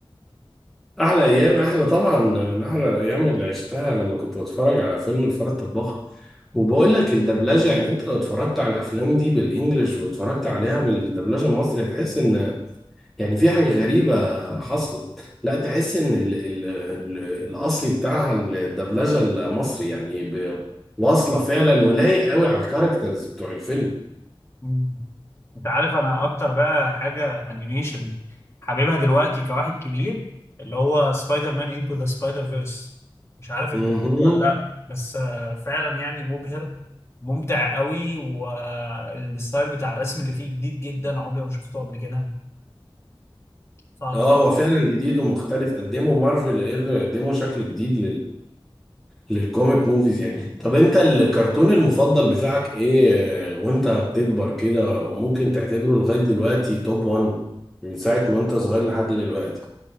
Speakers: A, in the centre; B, on the left (about 30°).
A: احلى ايام احلى طبعا من احلى الايام اللي عشتها لما كنت بتفرج على فيلم الفار الطباخ وبقول لك الدبلجه يعني انت لو اتفرجت على الافلام دي بالانجلش واتفرجت عليها بالدبلجه المصري هتحس ان يعني في حاجه غريبه حاصله لا تحس ان ال ال ال الاصلي بتاعها الدبلجه المصري يعني ب- واصله فعلا ولايق قوي على الكاركترز بتوع الفيلم
B: <laughs> انت عارف انا اكتر بقى حاجه انيميشن حاببها دلوقتي كواحد كبير اللي هو سبايدر مان انتو ذا سبايدر فيرس مش عارف
A: مهم.
B: انت شفته ولا لا بس آه، فعلا يعني مبهر ممتع قوي والستايل بتاع الرسم اللي فيه جديد جدا عمري ما شفته قبل كده ف
A: اه هو فعلا جديد ومختلف قدموا مارفل قدروا يقدموا شكل جديد للكوميك موفيز يعني طب انت الكرتون المفضل بتاعك ايه وانت بتكبر كده وممكن تعتبره لغاية دلوقتي توب 1 من ساعة ما انت صغير لحد دلوقتي